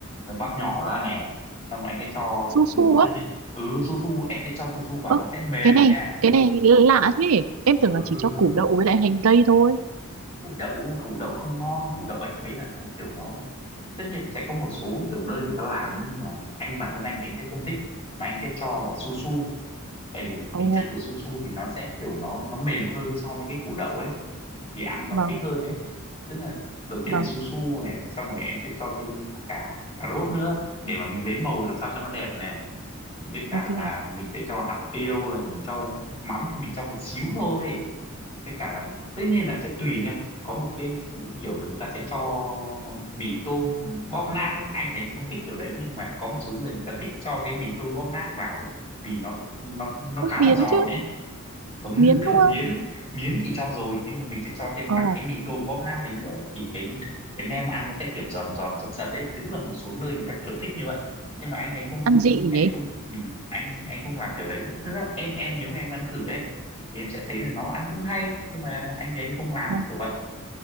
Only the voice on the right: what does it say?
su
su
á
ơ
cái này
cái này lạ thế em tưởng
là chỉ cho củ đậu với lại hành tây thôi
ồ
vâng
vâng
ok
không
biến
chứ
miến
đúng
không
ờ
ăn dị
nhỉ
Ờ,